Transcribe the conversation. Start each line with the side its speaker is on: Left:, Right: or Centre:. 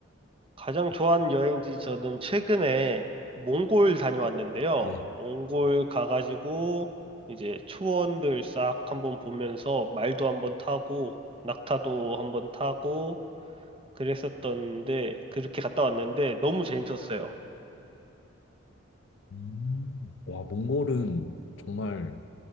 Right: 가장 좋아하는 여행지 저는 최근에 몽골 다녀왔는데요.
Left: 네.
Right: 몽골 가가지고 이제 초원들 싹 한번 보면서 말도 한번 타고 낙타도 한번 타고 그랬었던데 그렇게 갔다 왔는데 너무 재밌었어요.
Left: 음. 와, 몽골은 정말